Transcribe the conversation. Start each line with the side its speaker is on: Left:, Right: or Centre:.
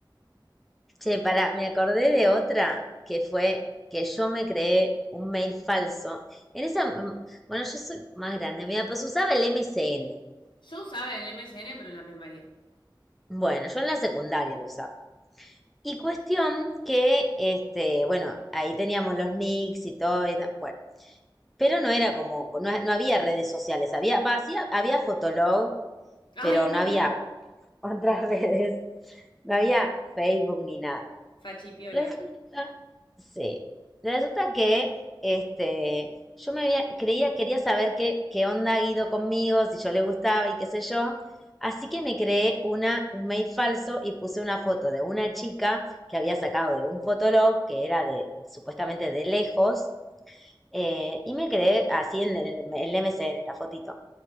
Centre: Che, pará, me acordé de otra que fue que yo me creé un mail falso. En esa, mm, bueno, yo soy más grande, mira, pues usaba el MSN.
Left: Yo usaba el MSN, pero en la primaria.
Centre: Bueno, yo en la secundaria lo usaba. Y cuestión que, este, bueno, ahí teníamos los nicks y todo, y ta- bueno, pero no era como, no, no había redes sociales, había, va, sí, había Fotolog,
Left: Ay,
Centre: pero
Left: me
Centre: no había
Left: encanta.
Centre: otras <laughs> redes. No había Facebook ni nada.
Left: Fachipiola.
Centre: Resulta, sí. Resulta que este, yo me había, creía, quería saber qué, qué onda Guido conmigo, si yo le gustaba y qué sé yo. Así que me creé una, un mail falso y puse una foto de una chica que había sacado de un fotolog que era de supuestamente de lejos. eh, y me creé así en el, en el MSN, la fotito.